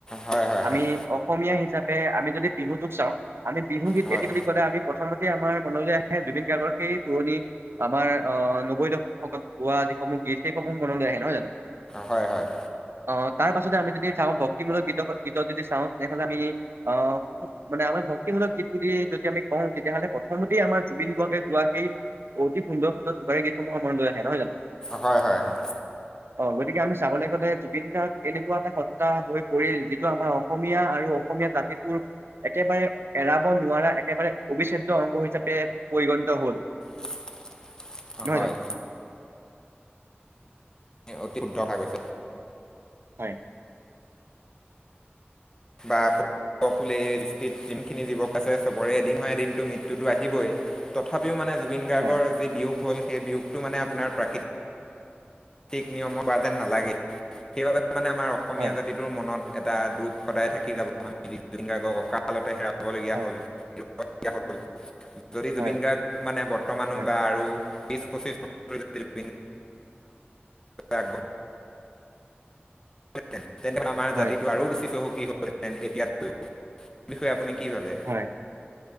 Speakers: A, on the left; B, on the right.
A: হয় হয়
B: আমি
A: হয়
B: অসমীয়া হিচাপে আমি যদি বিহুটোক চাওঁ আমি বিহু গীত
A: হয়
B: এইটো বুলি কলে আমি প্ৰথমতে আমাৰ মনলৈ আহে জুবিন গাৰ্গৰ সেই পুৰণি, আমাৰ অ নব্বৈ দশক বোৱা সেইসমূহ গীতহে সমূহ মনলৈ আহে নহয় জানো?
A: হয় হয়।
B: অ তাৰ পাছতে আমি যদি চাওঁ ভক্তিমূলক গীত গীতক যদি চাওঁ তেনেহলে আমি অ খুব মানে আমাৰ ভক্তিমূলক গীত বুলি যদি আমি কওঁ তেতিয়াহলে প্ৰথমতে আমাৰ জুবিন গৰ্গে গোৱা সেই অতি সুন্দৰ সুন্দৰ টোকাৰী গীতসমূহ সময় লৈ আহে নহয় জানো।
A: হয় হয় হয়।
B: অ গতিকে আমি চাবলৈ গলে জুবিন গাৰ্গ এনেকুৱা এটা টা হৈ পৰিল যিটো আমাৰ অসমীয়া আৰু অসমীয়া জাতিটোৰ একেবাৰে এৰাব নোৱাৰা একেবাৰে অবিচ্ছেদ্য অংগ হিচাপে পৰিগণিত হল।
A: <inaudible>
B: নহয়
A: হয়
B: জানো?
A: অতি শুদ্ধ কথা কৈছে।
B: হয়।
A: বাপ কোলে দৃষ্টিত যিখিনি যুৱক আছে চবৰে এদিন হয় এদিনতো মৃত্যুটো আহিবই তথাপিও মানে জুবিন গাৰ্গৰ
B: হয়
A: যি বিয়োগ হ'ল সেই বিয়োগটো মানে আপোনাৰ প্ৰাকৃত তিক নিয়মত হোৱা যেন নালাগে সেইবাবে মানে আমাৰ অসমীয়া
B: হয়
A: জাতিটোৰ মনত এটা দুখ সদায় থাকি যাব আমি জুবিন গাৰ্গক অকালতে হেৰা বলগীয়া
B: হয়
A: হল হেৰুৱাবলগী়য়া হল। যদি
B: হয়
A: জুবিন গাৰ্গ মানে বৰ্তমানো
B: হয়
A: বা আৰু বিশ পঁচিছ জাতি আগবঢ় <inaudible> ন তেনেহলে আমাৰ
B: হয়
A: জাতিটো আৰু বেছি চহকী হলহেঁতেন এতিয়াতকৈয়ো। এই বিষয়ে আপুনি কি ভাবে?
B: হয়